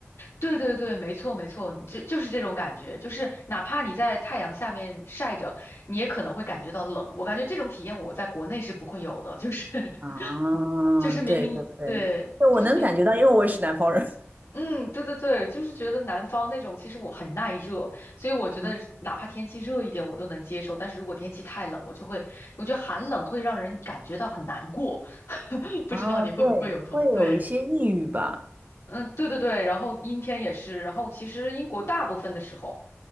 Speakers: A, on the left; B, on the right.
A: 对对对，没错没错，就就是这种感觉，就是哪怕你在太阳下面晒着，你也可能会感觉到冷。我感觉这种体验我在国内是不会有的，就是 <laughs>
B: 啊，
A: 就是明明对，
B: 对对对，对，
A: 就是明
B: 我能感觉到，因为我也是南方人。
A: 嗯，嗯对对对，就是觉得南方那种其实我很耐热，所以我觉得哪怕天气热一点我都能接受，
B: <laughs>
A: 但是如果天气太冷，我就会我觉得寒冷会让人感觉到很难过，<laughs> 不知道你会不会有同对。
B: 啊，对，会有一些抑郁吧，
A: 嗯，对对对，然后阴天也是，然后其实英国大部分的时候